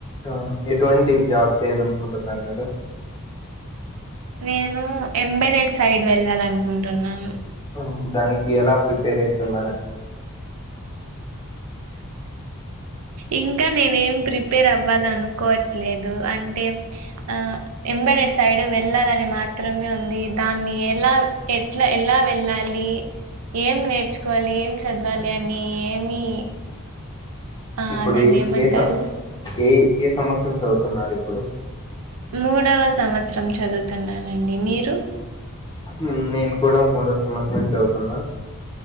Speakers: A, on the left; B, on the right.
A: అవునా ఎటువంటి జాబ్ చేయాలనుకుంటున్నారు మీరు
B: నేను ఎంబడడ్ సైడ్ వెళ్ళాలనుకుంటున్నాను
A: ఊ దానికి ఎలా ప్రిపేర్ అవుతున్నారండి
B: ఇంకా నేనే ఏం ప్రిపేర్ అవ్వాల అనుకోవట్లేదు అంటే ఆ ఎంబడెడ్ సైడ్ వెళ్ళాలని మాత్రమే ఉంది దాన్ని ఎలా ఎట్లా ఎలా వెళ్ళాలి ఏం నేర్చుకోవాలి ఏం చదవాలి అని ఏమి ఆ
A: ఇప్పుడు
B: దాన్ని
A: ఏ
B: ఏమంటారు
A: ఏ సం ఏ ఏ సంవత్సరం చదువుతున్నారు ఇప్పుడు
B: మూడవ సంవత్సరం చదువుతున్నానండి మీరు
A: ఊ నేను కూడా మూడో సంవత్సరం మే చదువుతున్నా